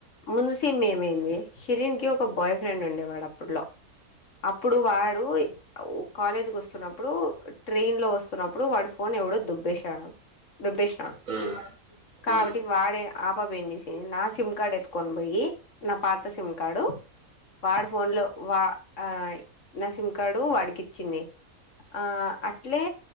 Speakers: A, on the left (about 60°); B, on the right (about 65°).
A: ముందుసీమ్మ్ ఏమైంది శిరీన్ క్యో కొ బాయ్ ఫ్రెండ్ ఉండేవాడప్పట్లో అప్పుడు వాడు ఔ కాలేజ్ కొస్తున్నప్పుడు ట్రైన్ లో ఒస్తున్నప్పుడు వాడి ఫోన్ ఎవడో దొబ్బేశావు దొబ్బేసినాడు
B: హ్మ్ హ్మ్
A: కాబట్టి
B: హ్మ్
A: వాడే ఆపాప ఎం చేసి నా సిమ్ కార్డ్ ఎత్తు కొన్ బొయ్యి నా పాత సిమ్ కార్డు వాడు ఫోన్ లో వా ఆ నా సిమ్ కార్డు వాడికిచ్చింది ఆ అట్లే